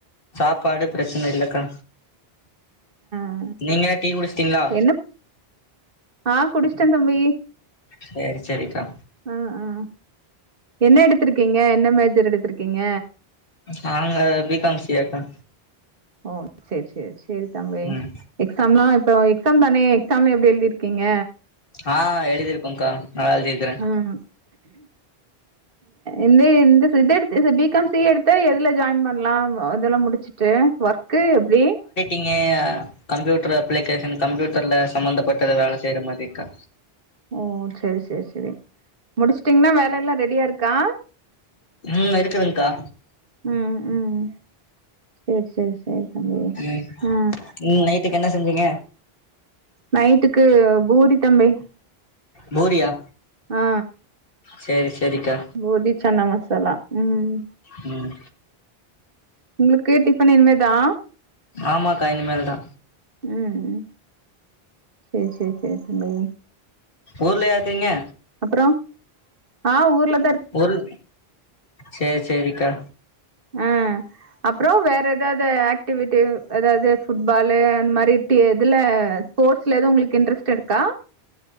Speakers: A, on the left (about 60°); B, on the right (about 60°).
A: சாப்பாடு பிரச்சன இல்லக்கா
B: ஆ
A: நீங்க டீ குடிச்சிட்டீங்களா
B: என்ன ஆ குடிச்சட தம்பி
A: சேரி சேரிக்கா
B: ஆ ஆ என்ன எடுத்திருக்கீங்க என்ன மேஜர் எடுத்திருக்கீங்க
A: நாங்க பிகாம் சிஏக்கா
B: ஓ சேர் சேர் சேரி தம்பி
A: ம்
B: எக்ஸாம் எல்லா இப்போ எக்ஸாம் தானே எக்ஸாம் எல்லா எப்டி எழுதிருக்கீங்க
A: ஆ எழுதுருக்கோக்கா நல்லா எழுதியிருக்க
B: ம்ம் இந்த இந்த இத எத எடுத்து பிகம் சி ஏ எடுத்தா எதுல ஜாயின் பண்ணலா இதெல்லா முடிச்சு ட்டு ஒர்க்கு எப்டி
A: இங்க கம்ப்யூட்டர் அப்ளிகேஷன் கம்ப்யூட்டர்ல சம்பந்தப்பட்டத வேலை செய்யற மாதிரிக்கா
B: ஓ சேரி சேரி சேரி முடிச்சுட்டீங்கன்னா வேல எல்லா ரெடியா இருக்கா
A: ம் இருக்குதுங்க்கா
B: ம் ம் சேரி சேரி சேரி தம்பி
A: ம்
B: ஆ
A: ம் நைட்டுக்கு என்ன செஞ்சிங்க
B: நைட்டுக்கு பூரி தம்பி
A: பூரியா
B: ஆ
A: சேரி சேரிக்கா
B: பூரி சன்னா மசாலா ம்
A: ம்
B: உங்களுக்கு டிஃபன் இனிமேதா
A: ஆமாக்கா இனிமேல் தா
B: ம் சேரி சேரி சேரி
A: ஊர்லயா இருக்கீங்க
B: அப்பறம் ஆ ஊர்ல
A: ஊர்ல் சேரி சேரிக்கா
B: ஆ அப்பற வேற எதாவது ஆக்டிவிட்டிவ் அதாவது ஃபுட்பாலு அந்த மாதிரி இதுல ஸ்போர்ட்ஸில் எதுவு உங்களுக்கு இன்ட்ரெஸ்ட் இருக்கா